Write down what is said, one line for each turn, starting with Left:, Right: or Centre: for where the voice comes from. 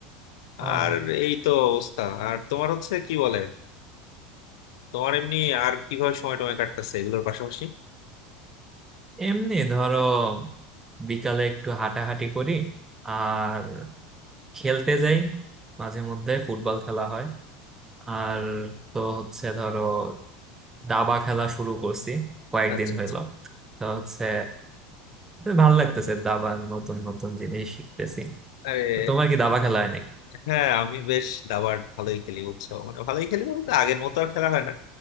Right: ও
Left: আর এই তো অবস্থা আর তোমার হচ্ছে কি বলে তোমার এমনি আর কিভাবে সময় টময় কাটতেছে এগুলোর পাশাপাশি
Right: এমনি ধরো বিকালে একটু হাঁটাহাঁটি করি আর খেলতে যাই মাঝে মধ্যে ফুটবল খেলা হয় আর তো হচ্ছে ধরো দাবা খেলা শুরু করছি কয়েকদিন
Left: আচ্ছা
Right: হলো
Left: আচ্ছা
Right: তো হচ্ছে ভালো লাগতেছে দাবার নতুন নতুন জিনিস শিখতেছি
Left: আরে
Right: তো তোমার কি দাবা খেলা হয় নাকি
Left: হ্যাঁ আমি বেশ দাবার ভালোই খেলি বুঝছো মানে ভালোই খেলি বলতে আগের মতো আর খেলা হয় না